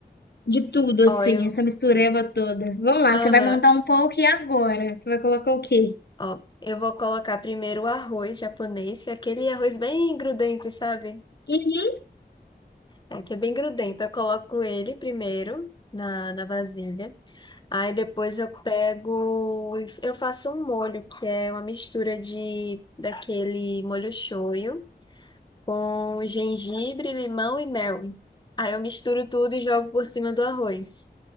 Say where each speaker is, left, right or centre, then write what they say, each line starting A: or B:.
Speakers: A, on the left; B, on the left.
A: De tudo, assim,
B: Ó, eu.
A: essa mistureba toda. Vamos lá,
B: Aham.
A: você vai montar um poke agora. Você vai colocar o quê?
B: Ó, eu vou colocar primeiro o arroz japonês, que é aquele arroz bem grudento, sabe?
A: Uhum.
B: É, que é bem grudento. Eu coloco ele primeiro na, na vasilha. Aí depois eu pego. Eu faço um molho, que é uma mistura de daquele molho shoyu com gengibre, limão e mel. Aí eu misturo tudo e jogo por cima do arroz.